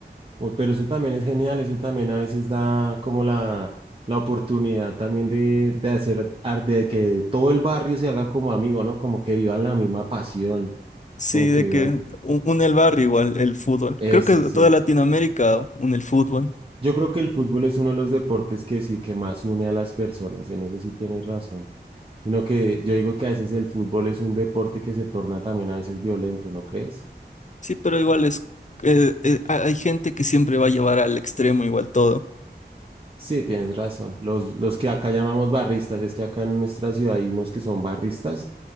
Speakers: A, on the right; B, on the left.
A: Uy, Pero eso también es genial, eso también a veces da como la, la oportunidad también de, de hacer, ar- de que todo el barrio se haga como amigo, ¿no? Como que vivan la misma pasión,
B: Sí,
A: como que
B: de
A: vivan
B: que un- une el barrio igual el fútbol.
A: eso,
B: Creo que
A: sí.
B: toda Latinoamérica une el fútbol.
A: Yo creo que el fútbol es uno de los deportes que sí, que más une a las personas, en eso sí tienes razón. Sino que yo digo que a veces el fútbol es un deporte que se torna también a veces violento, ¿no crees?
B: Sí, pero igual es, eh, eh, ha- hay gente que siempre va a llevar al extremo igual todo.
A: Sí, tienes razón. Los, los que acá llamamos barristas, es que acá en nuestra ciudad hay unos que son barristas